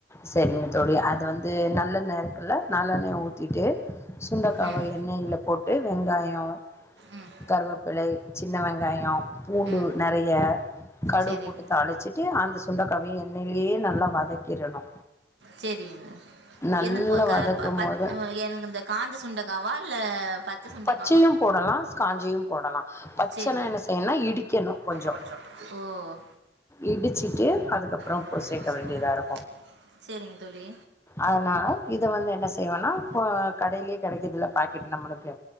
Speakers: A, on the left (about 15°); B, on the right (about 90°).
A: செரிங்க தோழி அது வந்து நல்லெண்ணருக்குல நல்லெண்ணெய ஊத்திட்டு சுண்டக்காவ
B: ம்
A: எண்ணெய்ல போட்டு வெங்காயோ
B: ம்
A: கருவேப்பிழை சின்ன வெங்காயோ பூண்டு
B: ம்
A: நெறைய கடுவு
B: சரி
A: போட்டு த அழைச்சிட்டு அந்த சுண்டைக்காவியையு எண்ணெய்லயே நல்லா வதக்கிடணு
B: சேரி
A: நல்லா
B: இது க
A: வதக்கும் போது
B: எனக்கு இந்த காஞ்ச சுண்டைக்காவா இல்ல பச்ச சுண்டைக்காவா
A: பச்சையு போடலா காஞ்சியு போடலா பச்சனா
B: சரி
A: என்ன செய்யும்ன்னா இடிக்கணு கொஞ்சோ
B: கொஞ்சம் ஓ
A: இடுச்சுட்டு அதுக்கப்றொ
B: இன்னும்
A: உப்பு சேர்க்க
B: கொஞ்சம்
A: வேண்டியதாருக்கு
B: சரிங்க தோழி
A: அதுனால இத வந்து என்ன செய்வேனா இப்ப கடையிலயே கிடைக்குதுல பாக்கிட்டு நம்மளுக்கு